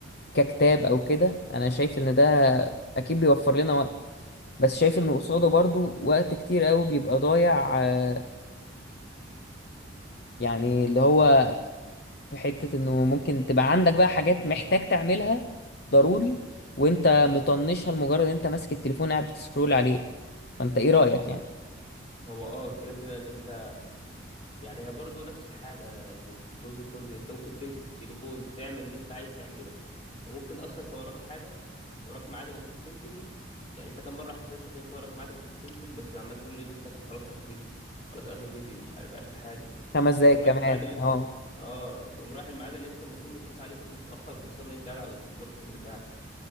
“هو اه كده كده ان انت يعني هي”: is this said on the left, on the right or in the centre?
Left